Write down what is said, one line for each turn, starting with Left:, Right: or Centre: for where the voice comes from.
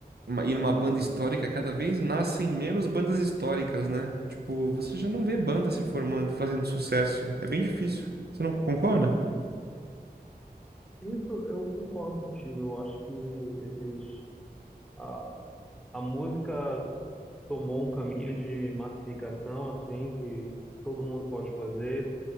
Right: uma- ir numa banda histórica, cada vez nascem menos bandas históricas, né? Tipo, você já não vê banda se formando, fazendo sucesso. É bem difícil. Você não concorda?
Centre: Isso eu concordo contigo. Eu acho que esses, a, a música tomou um caminho de massificação, assim, que todo mundo pode fazer.